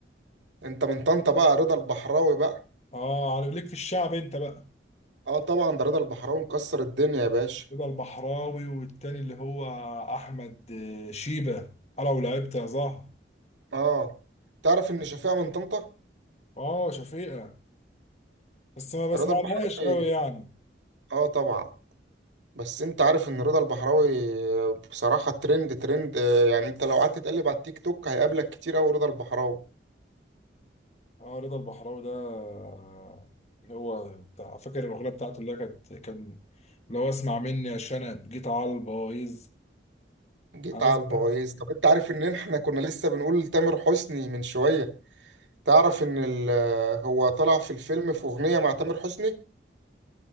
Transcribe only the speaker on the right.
انت من طنطا بقى رضا البحراوي بقى
اه طبعا ده رضا البحراوي مكسر الدنيا يا باشا
اه تعرف ان شفيقة من طنطا
رضا البحراوي
اه طبعا بس انت عارف ان رضا البحراوي بصراحة ترند ترند آه، يعني انت لو قعدت تقلب على التيك توك هيقابلك كتير اوي رضا البحراوي
جيت
على البويز طب انت عارف ان احنا كنا لسه بنقول تامر حسني من شوية تعرف ان ال- آه، هو طلع في الفيلم في اغنية مع تامر حسني